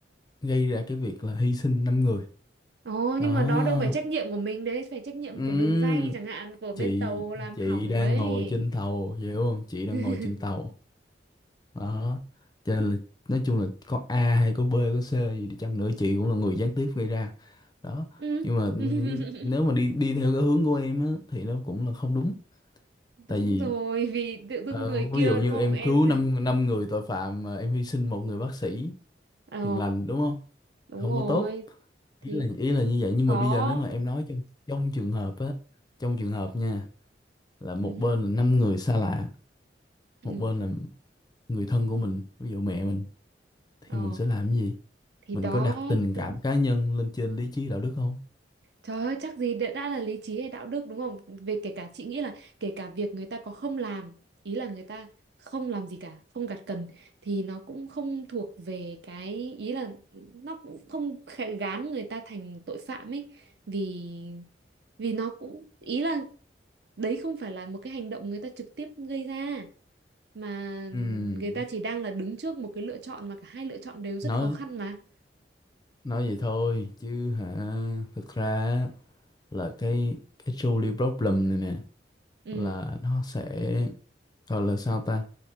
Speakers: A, on the left (about 20°); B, on the right (about 65°).
A: gây ra cái việc là hy sinh năm người
B: Ồ,
A: đó
B: nhưng mà đó đâu phải trách nhiệm của mình đấy, phải trách nhiệm
A: Ừm,
B: của đường ray chẳng hạn, của bên
A: chị
B: tàu làm
A: chị
B: hỏng
A: đang
B: ấy.
A: ngồi trên tàu hiểu không chị đang
B: <laughs>
A: ngồi trên tàu đó cho nên là, nói chung là có A hay có B có C gì đi chăng nữa chị cũng là người gián tiếp gây ra đó
B: Ừ.
A: nhưng mà ừm,
B: <laughs>
A: nếu mà đi đi theo cái hướng của em á, thì nó cũng là không đúng
B: Đúng
A: tại vì
B: rồi, vì tự dưng
A: ờ,
B: người kia
A: ví dụ như
B: đúng không
A: em
B: em?
A: cứu năm năm người tội phạm mà em hy sinh một người bác sĩ
B: <laughs> Ồ,
A: hiền lành đúng không
B: đúng
A: không
B: rồi,
A: có tốt ý
B: thì
A: là ý là như vậy nhưng
B: có.
A: mà bây giờ nếu mà em nói trong trong trường hợp á trong trường hợp nha là một
B: Ừ. hứ,
A: bên là năm người xa lạ
B: Ừ.
A: một bên là người thân của mình ví dụ mẹ mình thì
B: Ờ.
A: mình sẽ làm cái gì
B: thì
A: mình
B: đó
A: có đặt tình
B: tự-
A: cảm cá nhân lên trên lý trí đạo đức không
B: trời ơi chắc gì đã, đã là lý trí hay đạo đức đúng không về kể cả chị nghĩ là kể cả việc người ta có không làm ý là người ta không làm gì cả không gặt cần thì nó cũng không thuộc về cái ý là nó cũng không khẽ- gán người ta thành tội phạm ấy vì vì nó cũng ý là đấy không phải là một cái hành động người ta trực tiếp gây ra mà
A: Ừm,
B: người ta chỉ đang là đứng trước một cái lựa chọn mà cả hai lựa chọn đều rất
A: nói
B: khó khăn mà
A: nói vậy thôi chứ hả thực ra á, là cái cái trolley problem này nè
B: ừ
A: là nó sẽ gọi là sao ta